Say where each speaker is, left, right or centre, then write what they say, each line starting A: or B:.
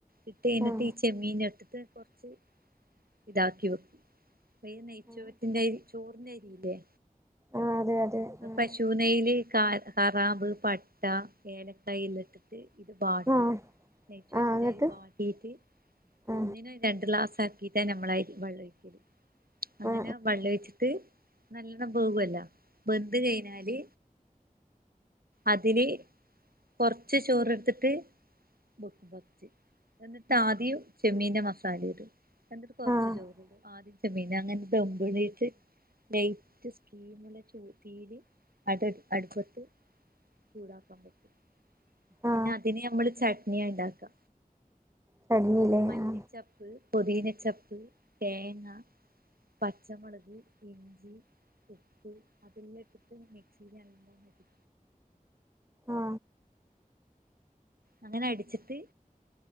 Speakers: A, on the right; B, on the right.
A: ഇട്ട് കഴഞ്ഞിട്ട്
B: ആ
A: ചെമ്മീൻ ഇട്ടിട്ട് കൊറച്ച് ഇതാക്കി വെക്കും. നെയ്ച്ചോറ്റന്റെ
B: ആ
A: അരി ചോറിന്റെ അരി ഇല്ലേ
B: ആഹ് അതെ അതെ ആ
A: പശുനെയ്യില് കറാമ്പ് പട്ട ഏലക്കായ ഇല്ലിട്ട് ഇത് വാട്ടി
B: ആ
A: നെയച്ചോറ്റത്
B: ആ എന്നിട്ട്
A: വാട്ടീയിട്ട്
B: ആ
A: ഒന്നിന രണ്ട് ഗ്ലാസ് ആക്കിട്ട നമ്മള് വള്ളൊഴിക്കല് അങ്ങനെ
B: ആ
A: വള്ള ഒഴിച്ചിട്ട് നല്ലോണ്ണം പോകല്ലോ ബന്ത് കഴിഞ്ഞാല് അതിൽ കുറച്ച് ചോറെടുത്തിട്ട് <inaudible> എന്നിട്ട് ആദ്യം ചെമ്മീന്റെ മസാല ഇടും എന്നിട്ട് കുറച്ച്
B: ആ ആ
A: ചോറ് ഇടും ആദ്യം ചെമ്മീന അങ്ങനെമ്പളീട്ട് ലൈറ്റ് സ്കീമുള്ള തീരി അട അടുപ്പത്ത് ചൂടാക്കാൻ പറ്റും പിന്നെ
B: ആ
A: അതിന് നമ്മള് ചട്നിയാ ഉണ്ടാക്കാ,
B: ചടഞ്ഞില്ലേ
A: മല്ലിച്ചാ
B: ആ
A: പൊതിനാച്ചപ്പ്, തേങ്ങ, പച്ചമുളക് ഇഞ്ചി. ഉപ്പ് അതെല്ലാം ഇട്ട്ട്ട് മിക്സിയില് നല്ലോണം അടി
B: ആ
A: അങ്ങനെ അടച്ചിട്ട്